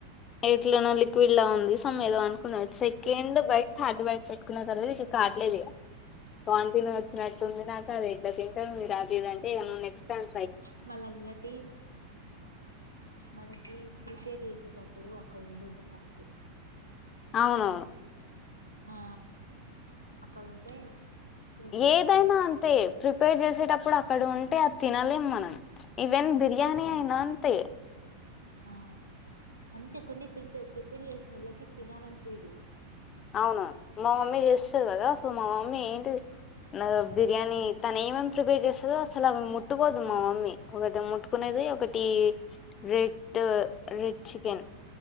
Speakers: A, on the left; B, on the right.
A: ఎట్లనో వళ్ళ ఉంది సమ్ ఏదో అనుకున్నాడు సెకండ్ బైట్ థర్డ్ బైట్ పెట్టుకున్న తర్వాత ఇక కాట్లేదు ఇక వాంతింగ్ వచ్చినట్టు ఉంది నాకు అది ఇట్లా తింటను మీరు అది అంటే నెక్స్ట్ టైమ్
B: ప్చ్ మళ్ళన్నటి మనకి ప్రిపేర్ చేసేటప్పుడు అక్కడ ఉండొద్దు ఫస్ట్
A: అవునవును
B: ఆ అక్కడ ఉంటే తినబుద్ది
A: ఏదైనా
B: కాదు మనకి
A: అంతే ప్రిపేర్ చేసేటప్పుడు అక్కడ ఉంటే అది తినలేం మనం ఇవి ఇవేన్ బిర్యానీ
B: తిని
A: అయినా అంతే
B: ఆ అంతే కొన్ని ప్రిపే ప్రిపేర్ చేసిన వాళ్ళకి తినాలనిపిదు
A: అవునవును మా మమ్మీ చేస్తాది కదా సో మా మమ్మీ ఏంటి నా బిర్యానీ తను ఏమేం ప్రిపేర్ చేస్తదిో అసలు అవి ముట్టుకోద్దు మా మమ్మీ ఒకటి ముట్టుకునేది ఒకటి రే డ్ చికెన్